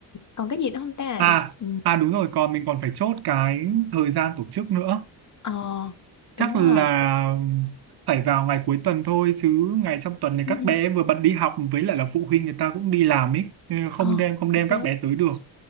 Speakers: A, on the left (about 40°); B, on the right (about 60°).
A: còn cái gì nữa không ta
B: à
A: Ừ,
B: à đúng rồi còn mình còn phải chốt cái thời gian tổ chức nữa
A: ờ
B: chắc
A: đúng
B: là
A: rồi Thứ-
B: phải vào ngày cuối tuần thôi chứ ngày trong tuần này
A: ừ,
B: các bé vừa bận đi học với lại là phụ huynh người ta cũng đi làm ấy nên không
A: ờ
B: đem không đem
A: chính xác
B: các bé tới được